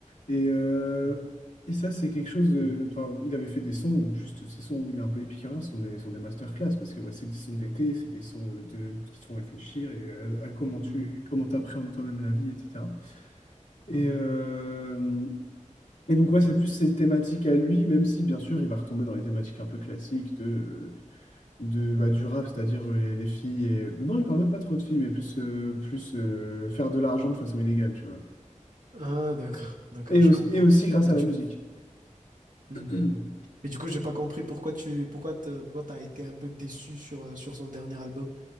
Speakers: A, on the left; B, on the right.
A: Et, euh,
B: hmm,
A: et ça, c'est quelque chose. euh, Enfin, il avait fait des sons, où juste ces sons où il est un peu épicurien, sont des, sont des masterclass, parce que bah, c'est des sons d'été, c'est des sons euh, de, qui te font réfléchir et, à, à comment tu
B: hmm,
A: comment t'appréhendes toi-même la vie, etc. Et,
B: hein.
A: euh, et donc, ouais, c'est plus ses thématiques à lui, même si, bien sûr, il va retomber dans les thématiques un peu classiques de, euh, de, bah, du rap, c'est-à-dire euh, les, les filles. Et... euh, Non, il parle même pas trop de filles, mais plus, euh, plus euh, faire de l'argent de façon illégale, tu vois.
B: Ah, d'accord, d'accord,
A: Et
B: je
A: aussi,
B: comprends.
A: et aussi grâce
B: Mais
A: à
B: du
A: la musique.
B: Mhm.
A: <clears throat>
B: Mais du coup, j'ai pas compris pourquoi tu pourquoi te- pourquoi t'as été un peu déçu sur, euh, sur son dernier album.